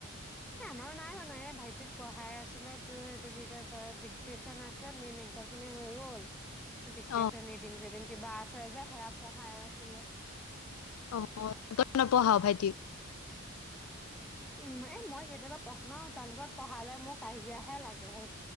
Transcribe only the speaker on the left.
অ
আহ তই নপঢ়াও ভাইটিক।